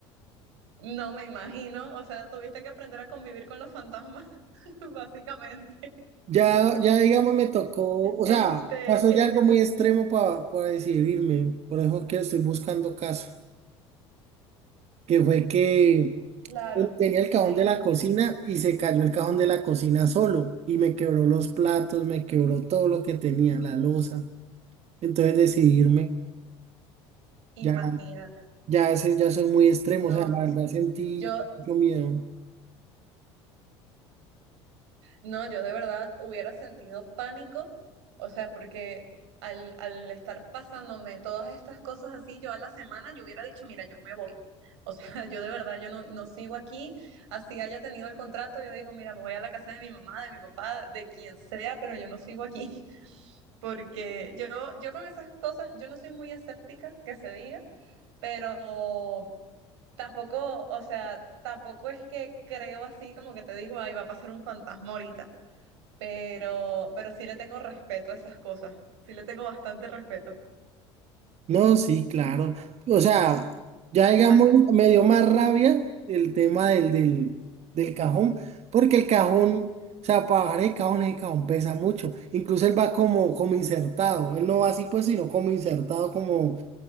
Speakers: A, on the right; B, on the right.
A: no me imagino, o sea, tuviste que aprender a convivir con los fantasmas, <laughs> básicamente.
B: Ya, ya digamos me tocó, o
A: Este,
B: sea, pasó
A: que
B: ya algo
A: yo,
B: muy extremo para decidirme, por eso que estoy buscando caso, que fue que
A: claro,
B: tenía el
A: me
B: cajón de
A: imagino,
B: la cocina y se cayó el cajón de la cocina solo y me quebró los platos, me quebró todo lo que tenía, la loza, entonces decidirme, ya,
A: imagínate.
B: ya, sé- ya soy muy extremo,
A: No,
B: o sea, la verdad sentí
A: yo
B: mucho miedo.
A: No, yo de verdad hubiera sentido pánico, o sea, porque al, al estar pasándome todas estas cosas así, yo a la semana yo hubiera dicho, mira, yo me voy. O <laughs> sea, yo de verdad, yo no, no sigo aquí, así haya tenido el contrato, yo digo, mira, me voy a la casa de mi mamá, de mi papá, de quien sea, pero yo no sigo aquí, <laughs> porque yo, yo con esas cosas, yo no soy muy escéptica, que se diga, pero tampoco, o sea, tampoco es que creo así como que te digo, ay, va a pasar un fantasma ahorita pero, pero sí le tengo respeto a esas cosas. Sí le tengo bastante respeto.
B: No, sí, claro. O sea, ya digamos,
A: Al,
B: me dio más rabia el tema del, del, del cajón, porque el cajón, o sea, para bajar el cajón, el cajón pesa mucho. Incluso él va como, como insertado. Él no va así, pues, sino como insertado, como,